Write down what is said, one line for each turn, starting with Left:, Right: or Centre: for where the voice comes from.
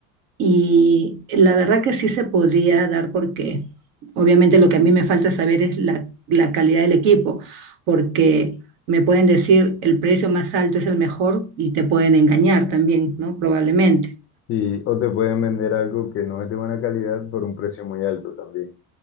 Right: Y la verdad que sí se podría dar porque obviamente lo que a mí me falta saber es la, la calidad del equipo, porque me pueden decir el precio más alto es el mejor y te pueden engañar también, ¿no? Probablemente.
Left: Sí, o te pueden vender algo que no es de buena calidad por un precio muy alto también.